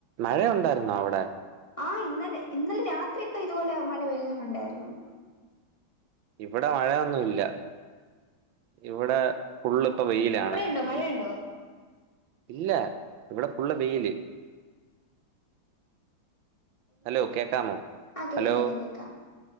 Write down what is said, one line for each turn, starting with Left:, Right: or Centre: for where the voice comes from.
Right: മഴ ഉണ്ടായിര്ന്നോ അവിടെ
Left: ആഹ് ഇന്നലെ ഇന്നലെ രാത്രിയക്കെ ഇതുപോലെ മഴ പെയ്ത ഞാൻ കണ്ടായിര്ന്നു
Right: ഇവിടെ മഴ ഒന്നും ഇല്ല ഇവിടെ ഫുള്ള് ഇപ്പ വെയിലാണ്
Left: ണ്ടോ മഴണ്ടോ
Right: ഇല്ല ഇവിടെ ഫുള്ള് വെയില് ഹലോ കേക്കാമോ
Left: ആഹ് കേക്കാം
Right: ഹലോ
Left: കേക്കാം കേക്കാം